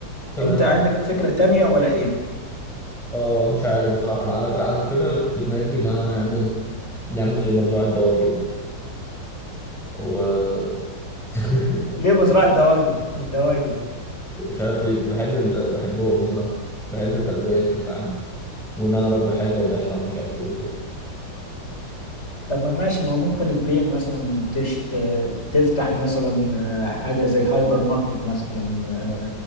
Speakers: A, in the centre; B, on the left.
A: تمام
B: انت عندك فكرة تانية ولا ايه
A: اه مش عارف بصراحه انا انا كان عندي الفكره اللي كانت في دماغي ان انا نعمل نعمل زي مزرعه دواجن <laughs> و <laughs>
B: ليه مزرعة دواجن دواجن
A: مش عارف ليه بحب ال... بحبهم بصراحه بحب التربيه بشكل عام وان انا اربي حاجه وابيعها ومش عارف ايه وكده
B: طب ما ماشي ما ممكن تبيع مثلا تشت... تفتح مثلا آه، حاجة زي هايبر ماركت مثلا آه،